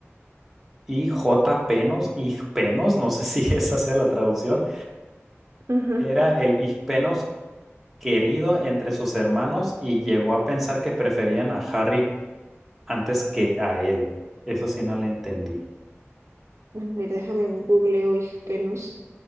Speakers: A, in the centre; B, on the right.
A: IJpenos, igpenos, no sé si <laughs> esa sea la traducción,
B: Ajá.
A: era el igpenos querido entre sus hermanos y llegó a pensar que preferían a Harry antes que a él. Eso sí no le entendí.
B: A ver, déjame googleo, hija, penos.